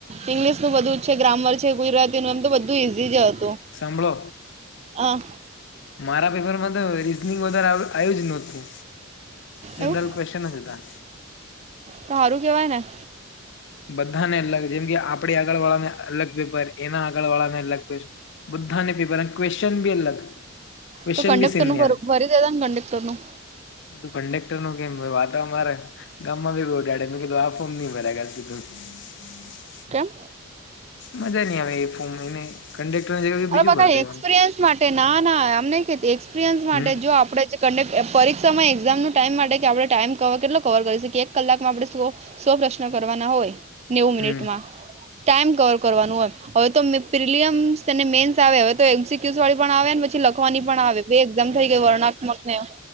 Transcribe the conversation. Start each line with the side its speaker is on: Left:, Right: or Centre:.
Right: ઈંગ્લિશનું બધું છે, ગ્રામર છે, ગુજરાતીનું એમ તો બધું ઇઝી જ હતું.
Left: સાંભળો
Right: હા.
Left: મારા પેપરમાં તો રીઝનિંગ વધારે આવ આયું જ નોતું. જનરલ
Right: એવું
Left: ક્વેશ્ચન જ હતા.
Right: તો હારું કેવાય ને.
Left: બધાને અલગ જેમ કે આપડી આગળ વાળાને અલગ પેપર, એના આગળ વાળા ને અલગ ક્વેશ, બધાને પેપર અલગ અને ક્વેશ્ચન બી અલગ. ક્વેશ્ચન
Right: તો કંડેક્ટરનું
Left: બી સેમ નહી
Right: ભરું,
Left: આવે
Right: ભરી દેતાન કંડક્ટરનું.
Left: તું કંડેક્ટર નું કેમ ભરવું? આ તો અમારે ગામમાં ભી <unintelligible> મે કીધું આ ફોર્મ નહીં ભરાય <unintelligible>
Right: કેમ
Left: મજા નઈ આવે એ ફોર્મ એને કંડેક્ટરની જગે
Right: અરે
Left: બીજું
Right: બકા
Left: ભર દેવાનું.
Right: એક્સપિરિયન્સ માટે ના, ના એમ નહીં કહેતી એક્સપિરિયન્સ માટે.
Left: હમ
Right: જો આપડે જે કંડક પરીક્ષામાં એક્ઝામનું ટાઈમ માટે કે આપણે ટાઈમ કવર કેટલો કવર કરી શકીએ એક કલાકમાં આપણે સો સો પ્રશ્ન કરવાના હોય નેવું મિનિટમાં
Left: હમ
Right: ટાઈમ કવર કરવાનું હોય હવે તો મ પ્રિલયમ ને મેન્સ આવે હવે તો એમસીક્યુસ વાળી પણ આવે ને પછી લખવાની પણ આવે બે એક્ઝામ થઈ ગઈ વર્ણાત્મક ને